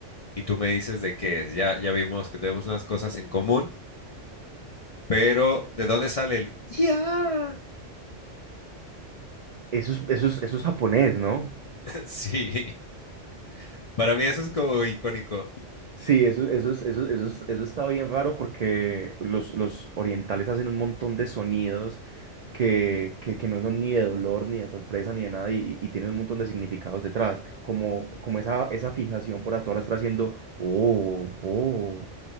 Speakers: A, on the left (about 50°); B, on the right (about 65°).
A: y tú me dices de qué es. Ya, ya vimos que tenemos unas cosas en común, pero ¿de dónde sale el ya?
B: Eso es, eso es, eso es japonés, ¿no?
A: <laughs> Sí, <laughs> para mí eso es como icónico.
B: Sí, eso, eso, es- eso, eso, es- eso está bien raro porque los, los orientales hacen un montón de sonidos que, que, que no son ni de dolor, ni de sorpresa, ni de nada, y, y tienen un montón de significados detrás, como, como esa, esa fijación por la hora estar haciendo, oh, oh,